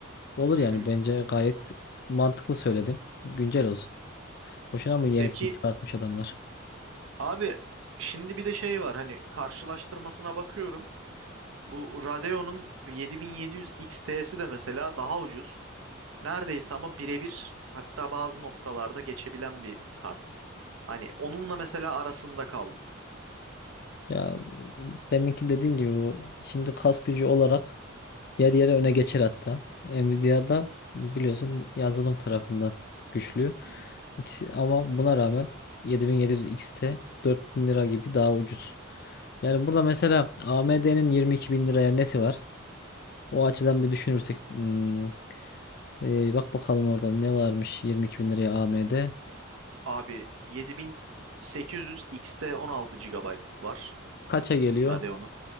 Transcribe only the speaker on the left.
Olur
yani
bence gayet mantıklı söyledin. Güncel olsun. Boşuna mı yenisini
çıkartmış adamlar?
Ya deminki dediğin gibi bu şimdi kas gücü olarak Yer yere öne geçer hatta. Nvidia'da biliyorsun yazılım tarafından güçlü.
İkisi ama buna rağmen 7700 X'te 4000 lira gibi daha ucuz. Yani burada mesela AMD'nin 22 bin liraya nesi var? O açıdan bir düşünürsek hmm, e, bak bakalım orada ne varmış 22 bin liraya AMD.
Kaça geliyor?